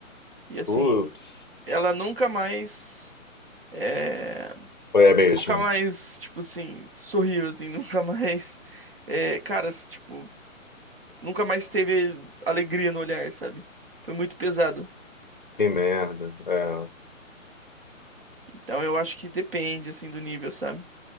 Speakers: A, on the right; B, on the left.
A: E assim,
B: ups,
A: ela nunca mais. é,
B: foi a mesma.
A: Nunca mais, tipo assim, sorriu, assim, <laughs> nunca mais. é, cara, tipo. Nunca mais teve alegria no olhar, sabe? Foi muito pesado.
B: Que merda. é.
A: Então eu acho que depende, assim, do nível, sabe?